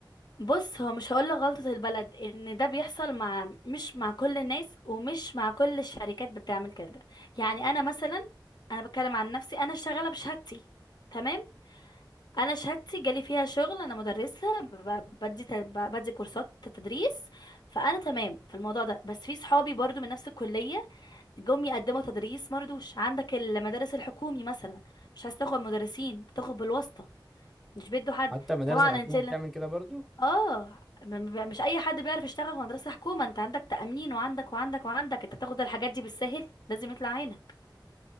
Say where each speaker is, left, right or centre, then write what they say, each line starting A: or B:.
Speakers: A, on the left; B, in the centre.
A: بص هو مش هقول لك غلطة البلد ان ده بيحصل مع مش مع كل الناس ومش مع كل الشركات بتعمل كده يعني انا مثلا انا بتكلم عن نفسي انا شغالة بشهادتي تمام انا شهادتي جالي فيها شغل انا مدرسة ب- بدي ت- بدي كورسات تدريس فانا تمام في الموضوع ده بس في صحابي برضو من نفس الكلية جم يقدموا تدريس مرضوش عندك المدارس الحكومي مثلا مش عايز تاخد مدرسين تاخد بالواسطة مش بيدوا حد
B: حتى المدارس
A: طبعا
B: الحكومة
A: انت لا
B: بتعمل كده برضو
A: اه م- م- مش اي حد بيعرف يشتغل في مدرسة حكومة انت عندك تأمين وعندك وعندك وعندك انت تاخد الحاجات دي بالسهل لازم يطلع عينك